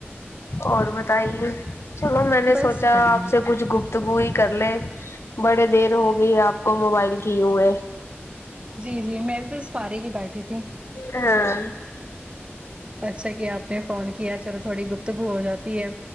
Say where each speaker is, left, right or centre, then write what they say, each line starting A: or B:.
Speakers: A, on the left; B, on the right.
A: اور بتائیے چلو میں نے
B: بس
A: سوچا
B: بڑھیا
A: آپ سے کچھ گوفت تگو ہی کر لیں بڑی دیر ہوگئی آپ کو موبائل کی ہوئے
B: جی جی میں بھی بس فارغ ہی بیٹھی تھی
A: ہاں
B: اچھا کیا آپ نے فون کیا چلو تھوڑی گفتگو ہو جاتی ہے